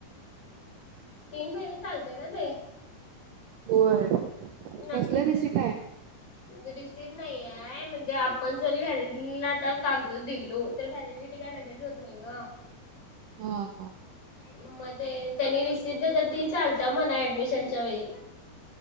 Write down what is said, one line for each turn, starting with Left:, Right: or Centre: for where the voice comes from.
Left: तीन महिने चालते ना ते
Right: होय.
Left: नंतर
Right: कसल्या
Left: दिलं
Right: रिसिट आहे
Left: रिसिट नाहीये म्हण जे आपण जरी व्हॅलिडिटीला आता कागद दिलो, तर व्हॅलिडिटी काय लगेच होत नाही ग
Right: हा हा
Left: म ते त्यांनी रसिट देतात ती चालता म्हणा ऍडमिशनच्या वेळी